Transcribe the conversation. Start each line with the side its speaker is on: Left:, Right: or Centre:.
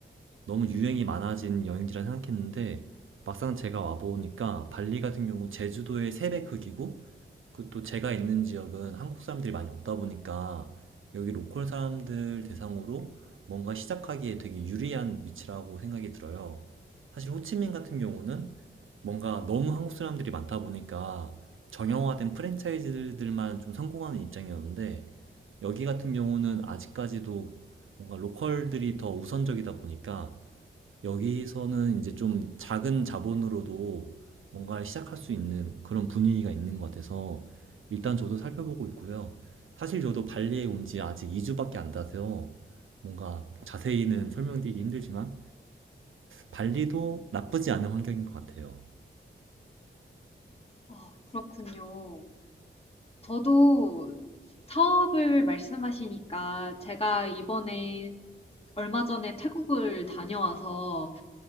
Right: 너무 유행이 많아진 여행지라 생각했는데 막상 제가 와 보니까 발리 같은 경우 제주도의 새배 크기고 그 또 제가 있는 지역은 한국 사람들이 많이 없다 보니까 여기 로컬 사람들 대상으로 뭔가 시작하기에 되게 유리한 위치라고 생각이 들어요. 사실 호치민 같은 경우는 뭔가 너무 한국 사람들이 많다 보니까 정형화된 프랜차이즈들만 좀 성공하는 입장이었는데 여기 같은 경우는 아직까지도 뭔가 로컬들이 더 우선적이다 보니까 여기서는 이제 좀 작은 자본으로도 뭔가를 시작할 수 있는 그런 분위기가 있는 것 같아서 일단 저도 살펴보고 있고요. 사실 저도 발리에 온 지 아직 2주밖에 안 돼서 뭔가 자세히는 설명드리기 힘들지만 발리도 나쁘지 않은 환경인 것 같아요.
Left: 아, 그렇군요. 저도 사업을 말씀하시니까 제가 이번에 얼마 전에 태국을 다녀와서